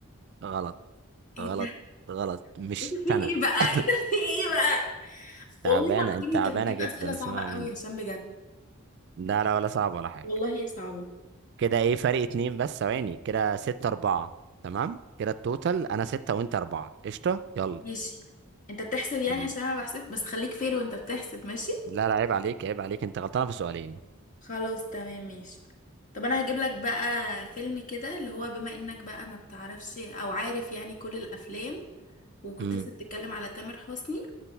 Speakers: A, on the right; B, on the left.
A: غلط
B: ايه
A: غلط
B: ده
A: غلط مش
B: ايه ده في ايه
A: انا
B: بقى
A: <coughs>
B: ايه ده في ايه بقى والله
A: تعبانة
B: العظيم
A: انت تعبانة
B: انت بتجيب
A: جدا
B: اسئلة صعبة
A: اسمع
B: قوي
A: مني
B: يا هشام بجد
A: لا لا ولا صعب ولا حاجة
B: والله ايه صعبة
A: كده ايه فرق اتنين بس ثواني كده ستة أربعة تمام كده التوتال أنا ستة وأنت أربعة قشطة يلا
B: ماشي انت بتحسب يعني
A: قوليلي
B: عشان انا بحسب بس خليك فير وانت بتحسب ماشي
A: لا لا عيب عليك عيب عليك أنت غلطانة في سؤالين
B: خلاص تمام ماشي طب انا هجيب لك بقى فيلم كده اللي هو بما انك بقى ما بتعرفش او عارف يعني كل الافلام وكنت
A: امم
B: لسه بتتكلم على تامر حسني